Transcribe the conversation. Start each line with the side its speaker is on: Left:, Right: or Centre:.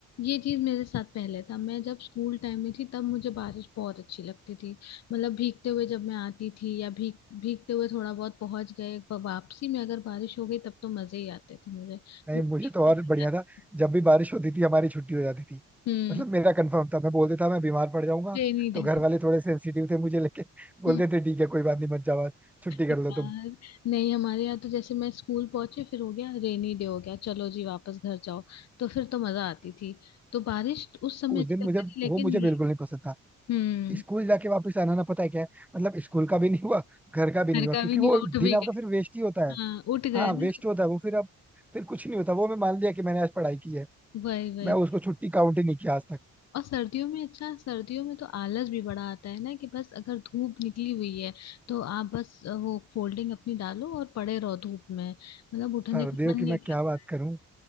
Left: ये चीज मेरे साथ पहले था मैं जब स्कूल टाइम में थी तब मुझे बारिश बहुत अच्छी लगती थी मतलब भीगते हुए जब मैं आती थी या भीग भीगते हुए थोड़ा बहुत पहुंच गए प- वापसी में अगर बारिश हो गई तब तो मजे ही आते थे मुझे पूरे
Centre: नहीं मुझे
Left: भीगते
Centre: तो और
Left: हुए
Centre: बढ़िया
Left: जाते-
Centre: था जब भी बारिश होती थी हमारी छुट्टी हो जाती थी
Left: हम्म
Centre: मतलब मेरा कंफर्म था मैं बोल देता मैं बीमार पड़ जाऊंगा
Left: Rainy
Centre: तो
Left: day
Centre: घर वाले थोड़े सेंसिटिव थे मुझे लेके बोल
Left: हम्म
Centre: देते ठीक है कोई बात नहीं मत जाओ आज छुट्टी कर
Left: यार
Centre: लो तुम
Left: नहीं हमारे यहाँ तो जैसे मैं स्कूल पहुंची फिर हो गया रेनी डे हो गया चलो जी वापस घर जाओ तो फिर तो मजा आती थी तो बारिश उस समय
Centre: उस
Left: अच्छी
Centre: दिन मुझे
Left: लगती थी लेकिन
Centre: वो मुझे बिल्कुल
Left: ये
Centre: नहीं पसंद था
Left: हम्म
Centre: स्कूल जाके वापस आना ना पता है क्या है मतलब स्कूल का भी नहीं हुआ घर का भी नहीं
Left: घर
Centre: हुआ
Left: का
Centre: क्योंकि
Left: भी नहीं
Centre: वो
Left: उठ
Centre: दिन
Left: भी
Centre: आपका फिर वेस्ट ही होता है
Left: हाँ उठ गए
Centre: हाँ
Left: ना
Centre: वेस्ट होता है वो फिर अब फिर कुछ नहीं होता वो मैं मान लिया कि मैंने आज पढ़ाई की है
Left: वही वही
Centre: मैं उसको छुट्टी काउंट ही नहीं किया आज तक
Left: और सर्दियों में अच्छा सर्दियों में तो आलस भी बड़ा आता है ना कि बस अगर धूप निकली हुई है तो आप बस अ, वो फोल्डिंग अपनी डालो और पड़े रहो धूप में मतलब उठने
Centre: सर्दियों
Left: का मन
Centre: की
Left: नहीं
Centre: मैं
Left: करता
Centre: क्या बात करूं